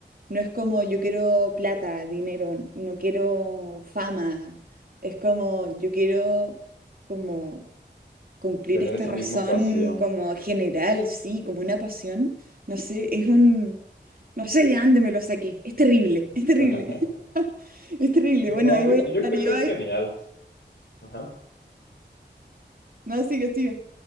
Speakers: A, on the right; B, on the left.
A: No es como yo quiero plata, dinero, no quiero fama. Es como yo quiero como cumplir
B: tener
A: esta
B: esa
A: razón
B: misma pasión.
A: como general, sí, como una pasión. No sé, es un, no sé de dónde me lo saqué. Es terrible, es
B: <laughs>
A: terrible. Es terrible.
B: No,
A: Bueno, ahí
B: yo,
A: voy a estar
B: yo creo
A: yo
B: que es
A: ahí.
B: genial. Ajá.
A: No, sigue, sigue.